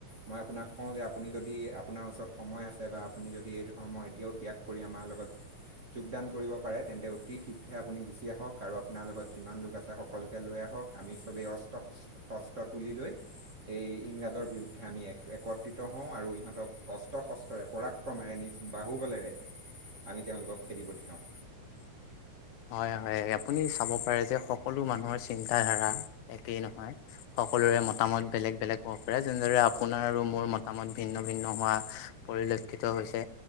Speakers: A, on the right (about 40°); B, on the left (about 80°).
A: মই আপোনাক কওঁ যে আপুনি যদি আপোনাৰ ওচৰত সময় আছে বা আপুনি যদি এই ধৰ্ম এতিয়াও ত্যাগ কৰি আমাৰ লগত যোগদান কৰিব পাৰে তেন্তে অতি শীঘ্ৰে আপুনি গুচি আহক আৰু আপোনাৰ লগত যিমান লোক আছে সকলোকে লৈ আহক আমি চবেই অ হ্ত হস্ত্ৰ তুলি লৈ এই ইংৰাজৰ বিৰুদ্ধে আমি এক একত্ৰিত হওঁ আৰু ইহঁতক অস্ত্ৰ শস্ত্ৰৰে পৰাক্ৰমেৰে নিজ বাহুবলেৰে আমি তেওঁলোকক খেদি পঠিয়াওঁ
B: উ হয় হয় আপুনি চাব পাৰে যে সকলো মানুহৰ চিন্ত ধাৰা একেই নহয় সকলো সকলোৰে মতামত বেলেগ বেলেগ হ'ব পাৰে যেনেদৰে আপোনাৰ আৰু মোৰ মতামত ভিন্ন ভিন্ন হোৱা পৰিলক্ষিত হৈছে